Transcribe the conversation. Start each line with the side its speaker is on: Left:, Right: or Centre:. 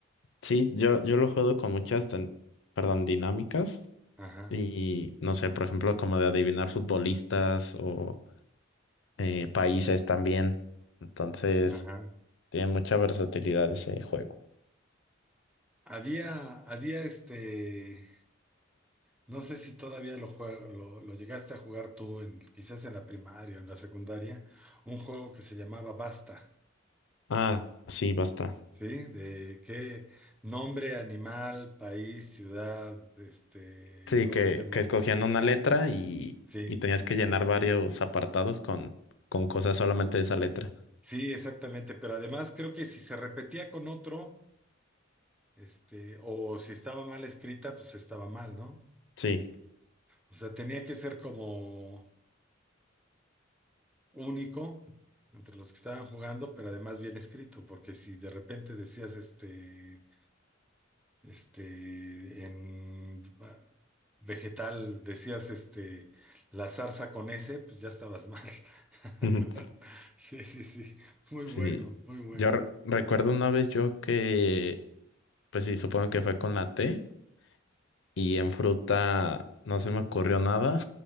Left: sí, yo, yo lo juego con muchas, tan- perdón, dinámicas
Centre: ajá,
Left: y no sé, por ejemplo, como de adivinar futbolistas o eh, países también. Entonces,
Centre: ajá.
Left: tiene mucha versatilidad ese juego.
Centre: Había, había este, no sé si todavía lo, jue- lo, lo llegaste a jugar tú, en, quizás en la primaria, o en la secundaria, un juego que se llamaba Basta,
Left: Ah, sí, basta.
Centre: ¿sí? De qué nombre, animal, país, ciudad, este,
Left: Sí,
Centre: y no
Left: que,
Centre: sé qué más.
Left: que escogían una letra y,
Centre: Sí,
Left: y tenías que llenar varios apartados con, con cosas solamente de esa letra.
Centre: sí, exactamente, pero además creo que si se repetía con otro Este, o si estaba mal escrita, pues estaba mal, ¿no?
Left: Sí,
Centre: O sea, tenía que ser como único entre los que estaban jugando, pero además bien escrito, porque si de repente decías este, este, en ah, vegetal decías este, la zarza con ese, pues ya estabas mal. <laughs>
Left: <laughs>
Centre: Sí, sí, sí, muy bueno,
Left: sí.
Centre: muy bueno.
Left: Yo re- recuerdo una vez yo que, pues sí, supongo que fue con la T. Y en fruta no se me ocurrió nada.